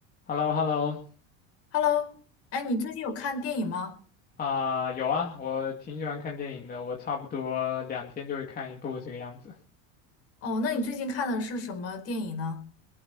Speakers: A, on the left; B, on the left.
A: h e l l o h e l l o
B: Hello，哎，你最近有看电影吗？
A: 啊，有啊，我挺喜欢看电影的，我差不多两天就会看一部这个样子。
B: 哦，那你最近看的是什么电影呢？